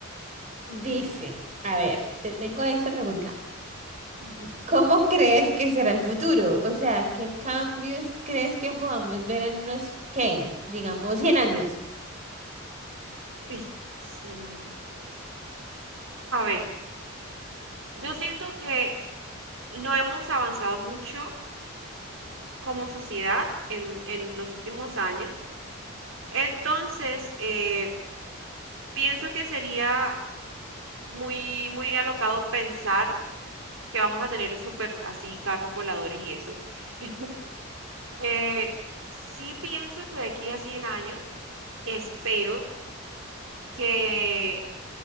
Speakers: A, on the right; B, on the right.
A: dice, a ver, te tengo esta pregunta.
B: Ujú.
A: ¿Cómo crees que será el futuro? O sea, ¿qué cambios crees que podamos ver en unos, qué, digamos, 100 años?
B: Listo, cien años. A ver, yo siento que no hemos avanzado mucho como sociedad en, en los últimos años. Entonces, eh, pienso que sería muy, muy alocado pensar que vamos a tener súper así carros voladores y eso. <laughs> Eh, sí pienso que de aquí a 100 años espero que